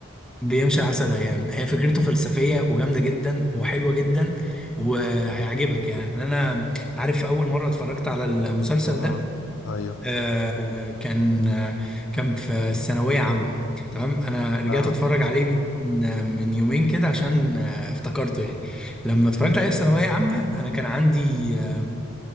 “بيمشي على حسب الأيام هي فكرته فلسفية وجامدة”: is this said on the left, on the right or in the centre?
Centre